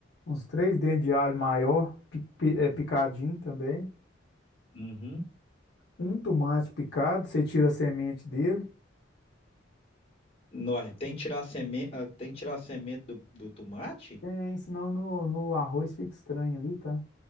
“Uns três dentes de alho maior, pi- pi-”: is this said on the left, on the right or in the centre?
Left